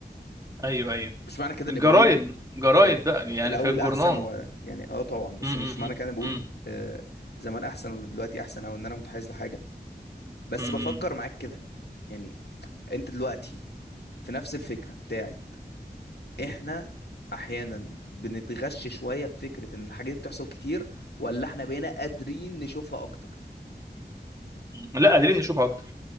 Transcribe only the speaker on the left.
مش معنى كده
اني بقول
ال-
الاول
احسن و يعني اه طبعا بس
مش معنى
كده اني بقول
آه زمان احسن ولا دلوقتي احسن او ان انا متحيز لحاجه بس
بفكر معاك كده يعني انت دلوقتي في نفس الفكره بتاعت احنا احيانا بنتغش شويه في فكره ان الحاجه دي بتحصل كتير ولا احنا بقينا قادرين نشوفها اكتر